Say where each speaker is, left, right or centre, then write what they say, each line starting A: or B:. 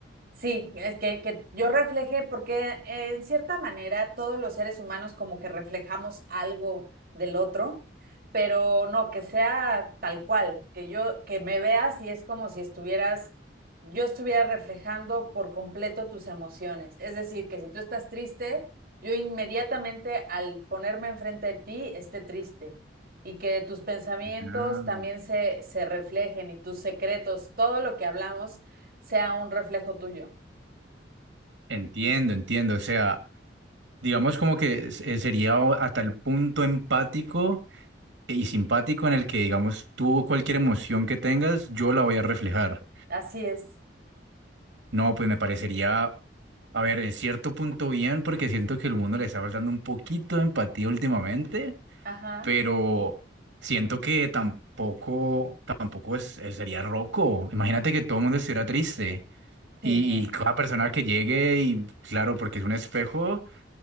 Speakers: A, on the right (about 50°); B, on the right (about 85°).
A: Sí, es que, que yo reflejé porque eh, en cierta manera todos los seres humanos como que reflejamos algo del otro, pero no, que sea tal cual, que yo, que me veas y es como si estuvieras, yo estuviera reflejando por completo tus emociones. Es decir, que si tú estás triste, yo inmediatamente al ponerme enfrente de ti esté triste y que tus pensamientos
B: Ah.
A: también se, se reflejen y tus secretos, todo lo que hablamos sea un reflejo tuyo.
B: Entiendo, entiendo, o sea, digamos como que se- sería o- a tal punto empático. y simpático en el que, digamos, tú cualquier emoción que tengas, yo la voy a reflejar.
A: Así es.
B: No, pues me parecería, a ver, en cierto punto bien, porque siento que el mundo le está faltando un poquito de empatía últimamente,
A: Ajá.
B: pero siento que tampoco, tampoco es, eh, sería roco. Imagínate que todo el mundo estuviera triste
A: Sí,
B: y,
A: no.
B: y cada persona que llegue y, claro, porque es un espejo,